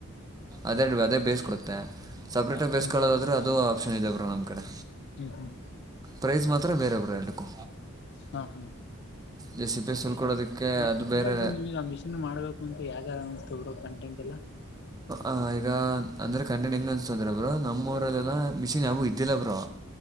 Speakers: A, on the right; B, on the left.
A: ಅದೇ ಅ ಅದೇ ಬೇಸ್ ಕೊಡುತ್ತೆ ಸಪ್ರೇಟ ಬೇಿಸ್ಕೊಳ್ಳೋದಾದ್ರೆ
B: ಹ್ಮ್ ಹ್ಮ್
A: ಅದು ಆಪ್ಷನ್ ಇದೆ ಬ್ರೋ ನಮ್ಮ ಕಡೆ.
B: ಹ್ಮ್ ಹ್ಮ್
A: ಪ್ರೈಸ್ ಮಾತ್ರ ಬೇರೆ ಬ್ರೋ ಎರಡಕ್ಕೂ.
B: ಹಾ ಹಾ
A: ಈ ಸಿಪ್ಪೆ ಸುಲ್ಕೊಡೋದಕ್ಕೆ
B: ಮತ್ತ
A: ಅದು ಬೇರೆ
B: ಅಲ್ಲ ನಿಮಗ್ ಆ ಮಿಶನ್ ಮಾಡ್ಬೇಕು ಅಂತ ಯಾಕ. ರಾಮ್ರ ಕಂಟೆಂಟ್ ಎಲ್ಲ.
A: ಆ ಈಗ ಅಂದ್ರೆ ಕಂಟೆಂಟ್ ಹೆಂಗ್ ಅನ್ಸ್ತ ಅಂದ್ರೆಬ್ರು ನಮ್ಮ್ರ. ಮಿಷಿನ್ ಯು ಇದ್ದಿಲ್ಲ ಬ್ರೋ